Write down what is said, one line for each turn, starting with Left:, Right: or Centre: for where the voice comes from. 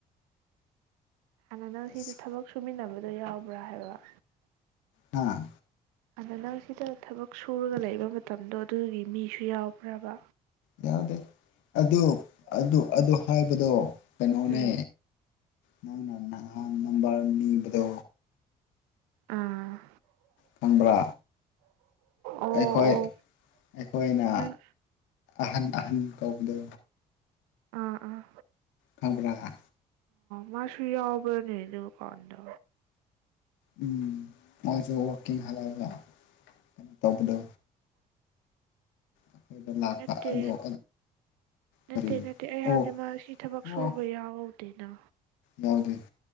Right: ꯍꯥꯟꯅꯅ ꯁꯤ
Left: ꯑꯁ
Right: ꯊꯕꯛ ꯁꯨꯃꯤ ꯅꯕ ꯑꯗꯨ ꯌꯥꯎꯕ꯭ꯔꯥ ꯍꯥꯏꯕ
Left: ꯑ
Right: ꯑꯗ ꯅꯪ ꯁꯤꯗ ꯊꯕꯛ ꯁꯨꯔꯒ ꯂꯩꯕ ꯃꯇꯝꯗꯣ ꯑꯗꯨꯒꯤ ꯃꯤꯁꯨ ꯌꯥꯎꯕ꯭ꯔꯕ
Left: ꯌꯥꯎꯗꯦ ꯑꯗꯨ ꯑꯗꯨ ꯑꯗꯨ ꯍꯥꯏꯕꯗꯣ ꯀꯅꯣꯅꯦ
Right: ꯎꯝ
Left: ꯅꯪ ꯅꯝꯕꯔꯅꯤꯗ
Right: ꯑꯥ
Left: ꯈꯪꯕ꯭ꯔꯥ
Right: ꯑꯣ
Left: ꯑꯩꯈꯣꯏ
Right: ꯑꯣ
Left: ꯑꯩꯈꯣꯏꯅ
Right: ꯅꯪ
Left: ꯑꯍꯟ ꯑꯍꯟ ꯀꯧꯕꯗ
Right: ꯑꯥ ꯑꯥ
Left: ꯈꯕꯔ
Right: ꯃ ꯁꯨꯏꯎꯕ ꯅ ꯑꯗꯨ ꯀꯥꯟꯗ
Left: ꯎꯝ ꯃꯣꯏꯁꯨ ꯋꯀꯤꯡ ꯍꯜꯂꯛꯑꯒ ꯀꯩꯅꯣ ꯇꯧꯕꯗꯣ ꯑꯩꯈꯣꯏꯗ ꯂꯥꯛꯄ
Right: ꯅꯠꯇꯦ
Left: ꯑꯗꯣ
Right: ꯅꯠꯇꯦ
Left: ꯀꯔꯤ
Right: ꯅꯠꯇꯦ ꯑꯩ ꯍꯥꯏꯕꯗꯤ
Left: ꯑꯣ
Right: ꯃꯥ ꯁꯤ ꯊꯕꯛ
Left: ꯑꯣ
Right: ꯁꯨꯕ ꯌꯥꯎ ꯑꯗꯨꯅ
Left: ꯌꯥꯎꯗꯦ